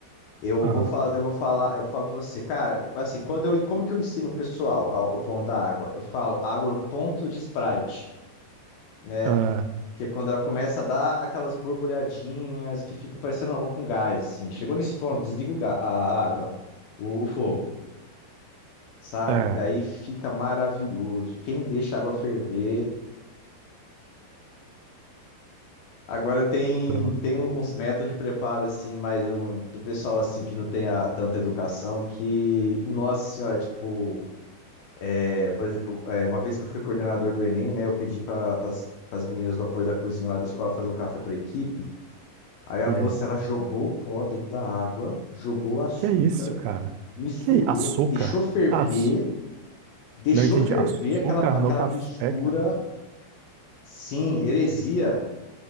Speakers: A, on the left; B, on the right.
A: Eu
B: Ah,
A: vou falar, eu vou falar, eu falo para você, cara, assim, quando eu, como que eu ensino o pessoal ao- o pão da água? Eu falo água no ponto de Sprite, né?
B: ah,
A: Que é quando ela começa a dar aquelas borbulhadinhas que fica parecendo água com gás, assim. Chegou nesse ponto, desliga o ga- a água, o, o fogo, sabe?
B: é,
A: E aí fica maravilhoso. Quem deixa a água ferver. Agora tem,
B: brother.
A: tem um, uns métodos de preparo, assim, mais um, do pessoal, assim, que não tem a- tanta educação, que, nossa senhora, tipo. É, por exemplo, é, uma vez que eu fui coordenador do Enem, né, eu pedi para as meninas do apoio da cozinha lá da escola fazer o café para equipe. Aí a
B: E
A: moça,
B: aí?
A: ela jogou o pó dentro da água, jogou o açúcar,
B: Que é isso, cara?
A: misturou,
B: Que é i- açúcar?
A: deixou ferver,
B: Aço.
A: deixou
B: Não entendi.
A: ferver
B: Açúcar
A: aquela, aquela
B: no café,
A: mistura.
B: cara.
A: Sim, heresia.